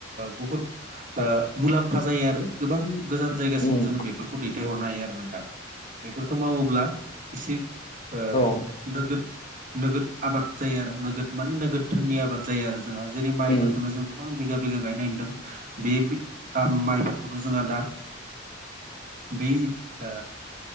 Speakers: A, on the right; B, on the left.
A: बुहुत मुलाम्फा जायो आरो आरो गोबां गोजान जायगासिम
B: उम
A: जोङो बेफोर खौ दैथायहरनो हायो आरो नोंथां बेफोरखौ मावोब्ला एसे ओ
B: औ
A: नोगोद नोगोद आबाद जायो आरो नोगोद माने नोगोद धोननि आबाद जायो आरो जोंहा जेरै माइफोरफोरखौनो
B: उम
A: जों गोबां बिगा बिगा गायनाय नदों बे माइफोरखौनो जोंहा दा बे ओ